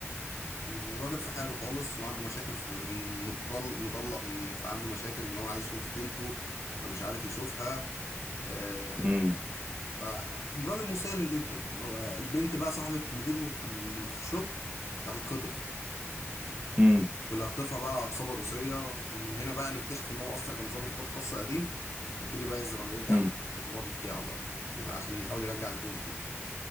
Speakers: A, on the left; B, on the right.
A: وراجل في حاله خالص وعنده مشاكل في مطلق مطلق فعنده مشاكل ان هو عايز يشوف بنته فمش عارف يشوفها آه،
B: مم.
A: فراجل مسالم جدا وهو البنت بقى صاحبة مديره في ال- في الشغل هتتخطف
B: مم.
A: واللي هخطفها بقى عصابة روسية فمن هنا بقى نكتشف ان هو اصلا كان ضابط قوات خاصة قديم هيبتدي بقى يزرع يرجع
B: مم.
A: للماضي بتاعه بقى وعشان يحاول يرجع البنت دي